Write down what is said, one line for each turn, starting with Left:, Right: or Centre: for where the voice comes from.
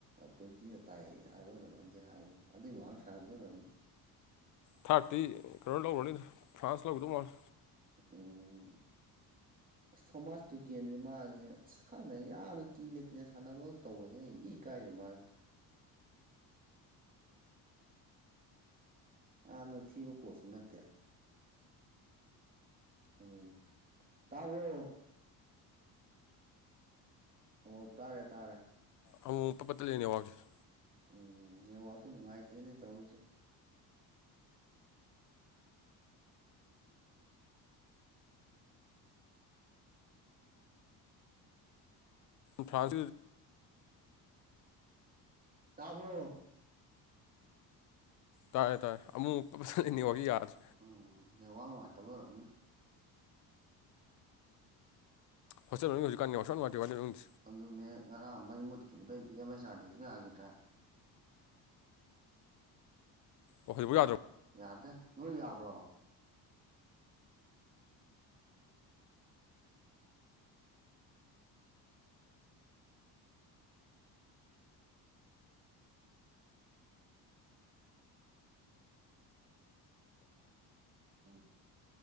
Right: ꯇ꯭ꯋꯦꯟꯇꯤꯗ ꯇꯥꯏꯑ ꯍꯥꯏꯕ꯭ꯔꯣ ꯑꯗꯨꯃꯥꯏꯅꯗꯤ ꯍꯥꯏꯕꯅꯦ ꯑꯗꯨꯏ ꯃꯃꯥꯡ ꯁꯥꯟꯅꯗꯣꯏ ꯑꯣꯢꯔꯝꯅꯤ
Left: ꯊꯥꫪꯠꯇꯤ ꯀꯩꯅꯣ ꯂꯧꯒꯔꯅꯤꯗ ꯐ꯭ꯔꯥꯟꯁ ꯂꯧꯒꯗꯧ ꯃꯥꯜꯂꯦ
Right: ꯎꯝ ꯁꯣꯃꯥꯖ ꯇꯨꯀꯦꯟꯁꯦ ꯃꯥꯁꯦ ꯑꯁ ꯈꯪꯗꯦ ꯌꯥꯝꯅ ꯀꯤꯅ-ꯀꯤꯅ ꯁꯥꯟꯅꯕ ꯇꯧꯕꯁꯦ ꯏ ꯀꯥꯏꯁꯦ ꯃꯥꯁꯦ ꯌꯥꯝꯅ ꯊꯤꯕ ꯀꯣꯠꯁꯨ ꯅꯠꯇꯦ ꯑꯗꯨꯅꯦ ꯇꯥꯕꯔꯣ ꯑꯣ ꯇꯥꯔꯦ ꯇꯥꯔꯦ
Left: ꯑꯃꯨꯛ-ꯑꯃꯨꯛ ꯄꯠ-ꯄꯠ ꯇꯠꯂꯦ ꯅꯦꯇꯋꯥꫪꯛꯁꯦ
Right: ꯎꯝ ꯅꯦꯡ ꯋꯥꯥꯛꯁꯦ ꯅꯨꯡꯉꯥꯏꯇꯦꯅꯦ ꯇꯧꯔꯤꯁꯦ
Left: ꯐ꯭ꯔꯥꯟ
Right: ꯇꯥꯕ꯭ꯔꯣ
Left: ꯇꯥꯔꯦ-ꯇꯥꯔꯦ ꯑꯃꯨꯛ-ꯃꯨꯛ ꯄꯠ-ꯄꯠ ꯇꯠꯂꯦ ꯅꯦꯠꯋꯥꫪꯛꯁꯦ ꯌꯥꯗ꯭ꯔꯦ
Right: ꯎꯝ ꯅꯦꯠꯋꯥꯛ ꯅꯨꯡꯉꯥꯏꯇꯕ ꯑꯣꯏꯔꯝꯅꯤ
Left: ꯍꯣꯁꯇꯦꯜ ꯃꯅꯨꯡ ꯍꯧꯖꯤꯛꯀꯥꯟ ꯅꯦꯠꯋꯥꯔꯛ ꯁꯨꯛꯅꯨꯡ ꯅꯨꯡꯉꯥꯏꯇꯦ ꯀꯃꯥꯏ ꯇꯧꯏꯅꯣ ꯈꯪꯗꯦ
Right: ꯑꯗꯨꯅꯦ ꯉꯔꯥꯡ ꯃꯩ ꯃꯨꯠꯈꯤꯕꯗꯩꯗꯤ ꯑꯦꯝ ꯑꯦꯁ ꯑꯥꯔꯗꯤꯁꯨ ꯌꯥꯈꯤꯗ꯭ꯔꯥ
Left: ꯍꯧꯖꯤꯛ ꯐꯥꯎ ꯌꯥꯗꯔꯣ
Right: ꯌꯥꯗꯦ ꯅꯣꯏ ꯌꯥꯕ꯭ꯔꯣ ꯎꯝ